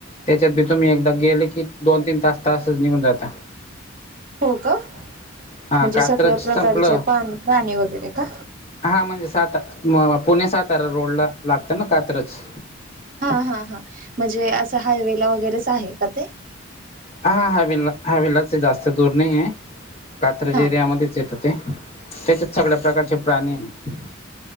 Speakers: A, on the left; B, on the right.
A: त्याच्यातबी तुम्ही एकदा गेले की, दोन तीन तास तासच निघून जाता.
B: हो का,
A: हा
B: म्हणजे
A: कात्रज
B: सगळ्या प्रकारचे
A: संपलं
B: पानं प्राणी वगैरे का?
A: हा, म्हणजे साता मग पुणे सातारा रोडला लागतं ना कात्रज.
B: हा हा हा, म्हणजे असं हायवेला वगैरेच आहे का ते?
A: हा हा हायवेला हायवेलाच, हाय जास्त दूर नाहीये. कात्रज
B: हा
A: एरियामध्येच येतं ते. त्याच्यात सगळ्या प्रकारचे प्राणी हाय.